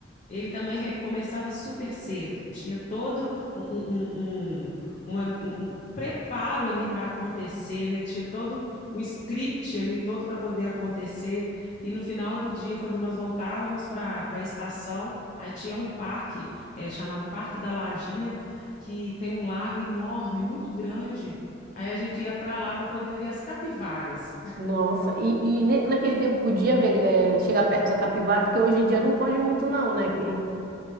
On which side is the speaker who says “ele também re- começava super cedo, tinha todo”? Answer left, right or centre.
Left